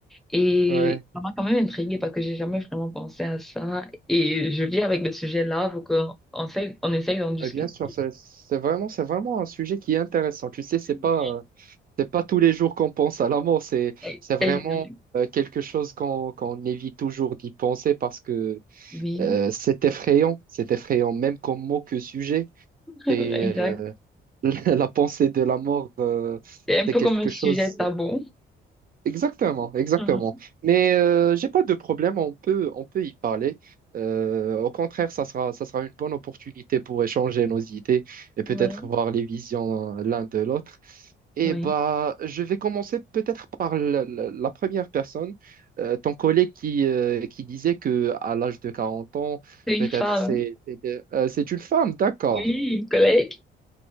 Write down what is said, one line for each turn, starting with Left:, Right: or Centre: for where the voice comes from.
Centre: Et
Right: Ouais,
Centre: ça m'a quand même intriguée parce que j'ai jamais vraiment pensé à ça. Et je vis avec le sujet là, faut qu'on on essaye, on essaye d'en discuter.
Right: Ouais, bien sûr, c'est c'est vraiment, c'est vraiment un sujet qui est intéressant. Tu sais, c'est pas,
Centre: Mais,
Right: euh, c'est pas tous les jours qu'on pense à la mort, c'est,
Centre: euh,
Right: c'est vraiment
Centre: c'est génial.
Right: euh, quelque chose qu'on, qu'on évite toujours d'y penser parce que
Centre: Oui,
Right: euh, c'est effrayant, c'est effrayant, même comme mot que sujet.
Centre: <laughs> exact.
Right: Et euh, <laughs> la pensée de la mort, euh,
Centre: C'est un peu
Right: c'est quelque
Centre: comme un sujet
Right: chose.
Centre: tabou.
Right: Exactement, exactement.
Centre: Mhm.
Right: Mais euh, j'ai pas de problème, on peut, on peut y parler. Euh, au contraire, ça sera, ça sera une bonne opportunité pour échanger nos idées et peut-être
Centre: Ouais.
Right: voir les visions euh, l'un de l'autre. Et
Centre: Oui.
Right: bah, je vais commencer peut-être par la, la- la première personne, euh, ton collègue qui, euh, qui disait que à l'âge de 40 ans,
Centre: C'est une
Right: peut-être
Centre: femme.
Right: c'est, c'est euh, c'est une femme, d'accord.
Centre: Oui, une collègue.